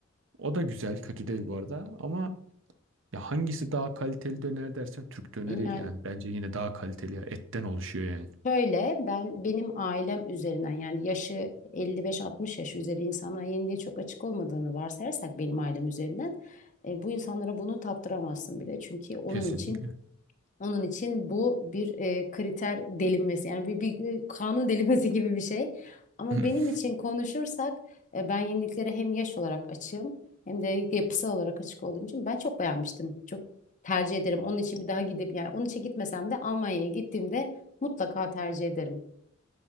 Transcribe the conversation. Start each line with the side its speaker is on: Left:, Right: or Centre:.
Right: O da güzel kötü değil bu arada ama ya hangisi daha kaliteli döner dersen Türk döneri
Left: Yani
Right: yani bence yine daha kaliteli ya etten oluşuyor yani
Left: şöyle ben benim ailem üzerinden yani yaşı 55-60 yaş üzeri insanlara yeniliğe çok açık olmadığını varsayarsak benim ailem üzerinden e, bu insanlara bunu tattıramazsın bile çünkü onun
Right: kesinlikle.
Left: için Onun için bu bir e, kriter delinmesi yani bir, bir e, kanun <laughs> delinmesi gibi bir şey. Ama
Right: <laughs>
Left: benim için konuşursak e, ben yeniliklere hem yaş olarak açığım hem de yapısal olarak açık olduğum için ben çok beğenmiştim. Çok tercih ederim. Onun için bir daha gidip yani onun için gitmesem de Almanya'ya gittiğimde mutlaka tercih ederim.